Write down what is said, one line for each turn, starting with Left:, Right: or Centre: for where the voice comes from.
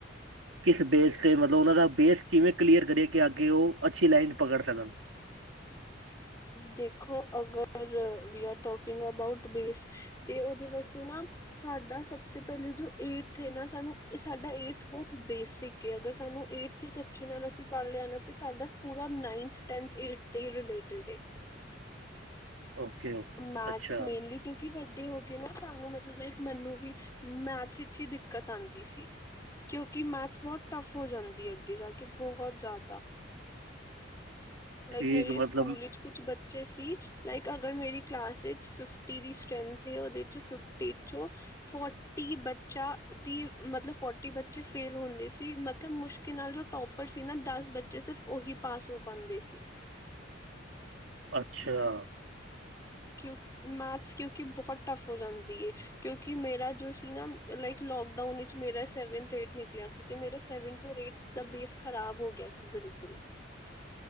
Right: ਕਿਸ ਬੇਸ ਤੇ ਮਤਲਬ ਉਹਨਾਂ ਦਾ ਬੇਸ ਕਿਵੇਂ ਕਲੀਅਰ ਕਰੇ ਕਿ ਅੱਗੇ ਉਹ, ਅੱਛੀ ਲਾਈਨ ਪਕੜ ਸਕਣ
Left: ਦੇਖੋ ਅਗਰ we are talking about base ਤੇ ਉਹਦੇ ਵਾਸਤੇ ਨਾ ਸਾਡਾ ਸਭਸੇ ਪਹਿਲੇ ਜੋ ਏਟਥ ਨਾ ਸਾਨੂੰ ਇਹ ਸਾਡਾ ਏਥ ਬਹੁਤ ਬੇਸਿਕ ਅਗਰ ਸਾਨੂੰ ਏਥ ਇਥੇ ਅਛੇ ਨਾਲ ਅਸੀਂ ਪੜ੍ਹ ਲਿਆ ਨਾ ਤੇ ਸਾਡਾ ਪੂਰਾ ਨਾਈਨਥ ਟੈੰਥ ਏਟ ਦੇ ਰਿਲੇਟਿਡ ਏ
Right: ਓਕੇ
Left: ਮੈਥਸ
Right: ਅੱਛਾ
Left: ਮੇਨਲੀ ਕਿ ਵੱਡੇ ਹੋ ਗਏ ਨਾ ਸਾਨੂੰ ਮਤਲਬ ਲਾਈਕ ਮੈਨੂੰ ਵੀ ਮੈਥਸ ਵਿੱਚ ਹੀ ਦਿੱਕਤ ਆਉਂਦੀ ਸੀ ਕਿਉਂਕਿ ਮੈਥਸ ਬਹੁਤ ਟਫ ਹੋ ਜਾਂਦੀ ਅੱਗੇ ਜਾ ਕੇ ਬਹੁਤ ਜ਼ਿਆਦਾ
Right: ਠੀਕ
Left: ਲਾਈਕ ਮੇਰੇ ਸਕੂਲ
Right: ਮਤਲਬ
Left: ਵਿੱਚ ਕੁਛ ਬੱਚੇ ਸੀ ਲਾਈਕ ਅਗਰ ਮੇਰੀ ਕਲਾਸ ਫਿਫਟੀ ਦੀ ਸਟਰ੍ਰੈਂਥ, ਉਹਦੇ ਚ ਫਿਫਟੀ ਚੋਂ ਫੋਰਟੀ ਬੱਚਾ ਦੀ ਮਤਲਬ ਫੋਰਟੀ ਬੱਚੇ ਫੇਲ ਹੁੰਦੇ ਸੀ ਮਤਲਬ ਮੁਸ਼ਕਿਲ ਨਾਲ ਜੋ ਟੋਪਰ ਸੀ ਨਾ ਦਸ ਬੱਚੇ ਸਿਰਫ ਉਹੀ ਪਾਸ ਹੋ ਪਾਉਂਦੇ ਸੀ
Right: ਅੱਛਾ
Left: ਕਿਉ ਮੈਥਸ ਕਿਉਂਕਿ ਬਹੁਤ ਟਫ ਹੋ ਜਾਂਦੀ ਹੈ ਕਿਉਂਕਿ ਮੇਰਾ ਜੋ ਸੀ ਨਾ ਲਾਈਕ ਲੋਕਡਾਊਨ ਵਿੱਚ ਮੇਰਾ ਸੈਵਨਥ ਏਥ ਨ ਗਿਆ ਸੀ ਤੇ ਮੇਰਾ ਸੈਵਨ ਏਥ ਦਾ ਬੇਸ ਖ਼ਰਾਬ ਹੋ ਗਿਆ ਸੀ ਬਿਲਕੁਲ